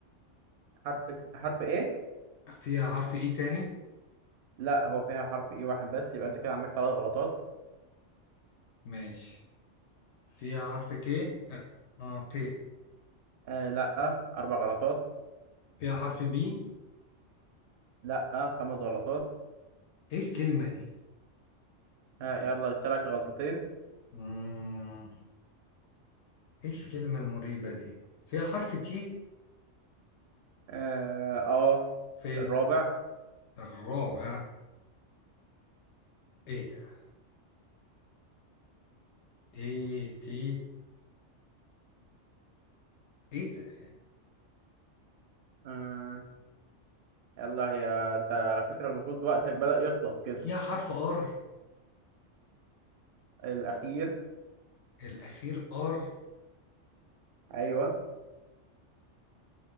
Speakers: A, on the right; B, on the left.
A: حرف حرف ايه
B: فيها حرف ايه تاني
A: لا هو فيها حرف اي واحد بس يبقى انت كده عندك ثلاث غلطات
B: ماشي فيها حرف كي اه آه، كي
A: آه لا اربع غلطات
B: فيها حرف بي
A: لا خمس غلطات
B: ايه الكلمة دي
A: آه يلا لسه لك غلطتين
B: مم. ايه الكلمة المريبة دي فيها حرف تي
A: اه آه،
B: فين
A: الرابع
B: الرابع ايه ده ايه تي ايه ده
A: آه يلا هي انت على فكرة المفروض وقتك بدأ يخلص كده
B: فيها حرف ار
A: الاخير
B: الاخير ار
A: ايوه